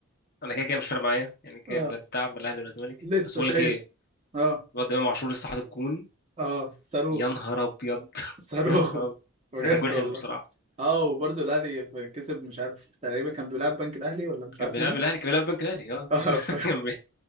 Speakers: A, on the left; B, on the right.
A: أنا كده كده مش فارق معايا يعني كده
B: اه
A: لا بتاع بالأهلي ولا الزمالك
B: لسه
A: بس بقول
B: شايف
A: لك إيه
B: اه
A: الواد إمام عاشور لسه حاطط جون
B: اه صاروخ
A: يا نهار أبيض <laughs>
B: <laughs> صاروخ
A: يا نهار أبيض
B: بجد
A: ده جون
B: والله
A: حلو بصراحة
B: اه وبرضه الأهلي في- كسب مش عارف تقريبا كان بيلعب بنك الأهلي ولا مش
A: كان
B: عارف
A: بيلعب
B: مين
A: الأهلي كان بيلعب بنك الأهلي اه
B: اه
A: <laughs>
B: <laughs>
A: كان بي...